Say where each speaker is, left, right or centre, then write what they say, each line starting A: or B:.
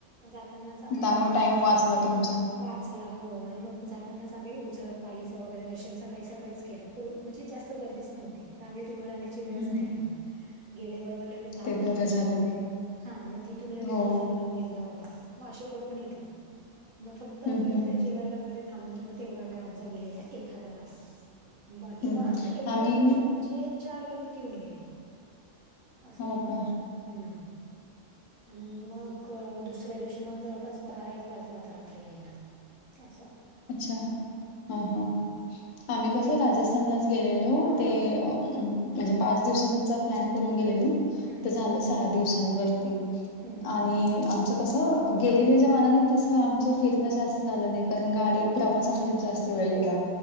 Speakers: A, on the right (about 55°); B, on the left (about 80°).
A: जातानाच आम्हाला
B: त्यामुळे
A: पाली,
B: टाईम वाचला तुमचा.
A: वा ला हो, आणि मग जातानाच आम्ही ओझर पालीच वगैरे दर्शन सकाळी सकाळीच केलं. को म्हणजे जास्त गर्दीच नव्हती. रांगेत उभं राहण्याची वेळ
B: हं,
A: नाही.
B: हं.
A: आली गेल्याबरोबर लगेच दहा
B: ते बरं
A: मिनटामध्ये,
B: झालं.
A: हा मग तिथून लगेच
B: हो.
A: दुसरं मंदिर जवळपास म असे करून घेतले. मग फक्त आम्ही
B: हं, हं.
A: कुठे जेवायला वगैरे थांबल होतो. मग तेवढा वेळ आमचा गेलेला एखादा तास. बाकी
B: हं,
A: मग आमचे
B: हं.
A: एकाच
B: आम्ही
A: दिवशी आमचे चार गणपती होऊन गेले. असं
B: हो का?
A: हम्म. आणि मग दुसऱ्या दिवशी मग जवळपास बारा, एक वाजला होता. रात्री यायला. असं.
B: अच्छा, हा-हा.
A: हं.
B: आम्ही
A: तू
B: कसं
A: गेली
B: राजस्थानलाच गेलेलो
A: हा
B: ते
A: हा
B: अ म्हणजे पाच दिवसांचा प्लॅन करून गेलेलो.
A: हम्म हम्म
B: तर झालं सहा दिवसांवरती.
A: हम्म हम्म
B: आणि
A: हम्म
B: आमच कसं गेलेल्याच्या मानाने तसं आमचं फिरनं जास्त झालं नाही का गाडी
A: हम्म
B: प्रवासामध्ये जास्त वेळ गेला.
A: हो